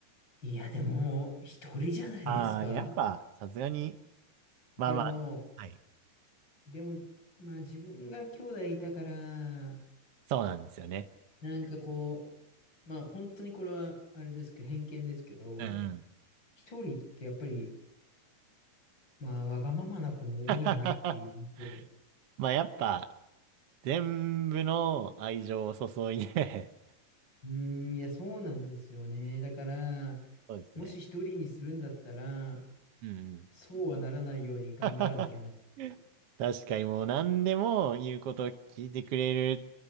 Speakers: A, on the left; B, on the right.
A: いや、でも、一人じゃないですか
B: ああー、やっぱ、さすがに、
A: でも、
B: まあまあ、はい。
A: でも、まあ自分が兄弟いたから、
B: そうなんですよね。
A: なんかこう、まあ本当にこれは、あれですけど、偏見ですけど、
B: うんうん。
A: 一人ってやっぱり、まあわがままな子も多いなっていう印象。
B: <laughs> まあやっぱ、全部の愛情を注いで
A: うーん、いや、そうなんですよね。だから、
B: <laughs> そうですね。
A: もし一人にするんだったら、
B: うんうん。
A: そうはならないように頑張らなきゃなっていう。
B: <laughs> 確かにもう何でも言うことを聞いてくれるっ